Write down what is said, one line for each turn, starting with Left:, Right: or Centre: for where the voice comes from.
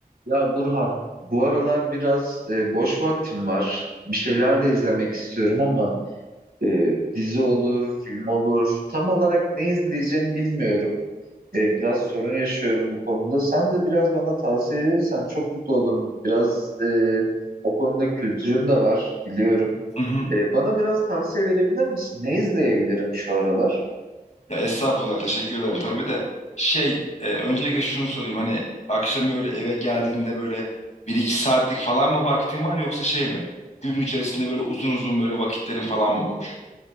Right: Ya Burhan, bu aralar biraz e, boş vaktim var. Bir şeyler de izlemek istiyorum ama e, dizi olur, film olur. Tam olarak ne izleyeceğimi bilmiyorum. E, biraz sorun yaşıyorum bu konuda. Sen de biraz bana tavsiye verirsen çok mutlu olurum. Biraz e, o konuda kültürüm de var, biliyorum.
Left: Hı hı.
Right: E, bana biraz tavsiye verebilir misin? Ne izleyebilirim şu aralar?
Left: Ya estağfurullah teşekkür ederim. Tabii de şey e, öncelikle şunu sorayım hani akşam böyle eve geldiğinde böyle bir iki saatlik falan mı vaktin var yoksa şey mi? Gün içerisinde böyle uzun uzun böyle vakitlerin falan mı boş?